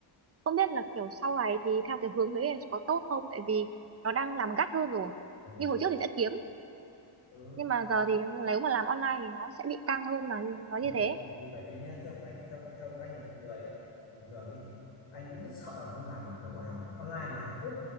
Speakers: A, on the right; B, on the left.
A: không biết là kiểu sau này thì theo cái hướng đấy là có tốt không tại vì nó đang làm gắt hơn rồi
B: ừ,
A: như hồi trước thì sẽ kiếm
B: ừ.
A: nhưng mà giờ thì nếu mà làm online thì nó sẽ bị căng hơn là nó như
B: Đúng
A: thế
B: rồi. bởi vì bởi vì nhá theo anh theo theo anh là một người kiểu là bình thường đi anh cũng rất sợ là mua hàng kiểu hàng online mà hàng thuốc